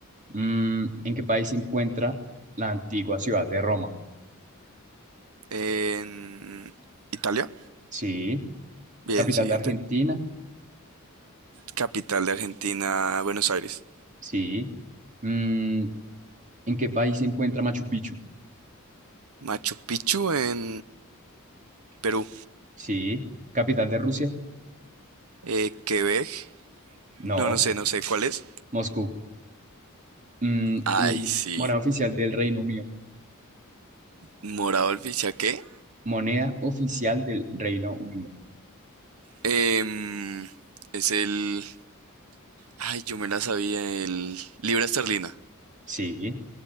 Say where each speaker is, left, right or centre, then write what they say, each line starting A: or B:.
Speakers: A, on the right; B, on the right.
A: Mm, ¿en qué país se encuentra la antigua ciudad de Roma?
B: En Italia.
A: Sí.
B: Bien,
A: ¿Capital
B: siguiente.
A: de Argentina?
B: Capital de Argentina, Buenos Aires.
A: Sí. Mm, ¿en qué país se encuentra Machu Picchu?
B: Machu Picchu en Perú.
A: Sí. ¿Capital de Rusia?
B: Eh, Quebec.
A: No.
B: No, no sé, no sé cuál es.
A: Moscú. Mm,
B: Ay,
A: uy,
B: sí.
A: moneda oficial del Reino Unido.
B: Morado el Fichaqué.
A: Moneda oficial del Reino Unido.
B: Em, es el... Ay, yo me la sabía. El... Libra esterlina.
A: Sí.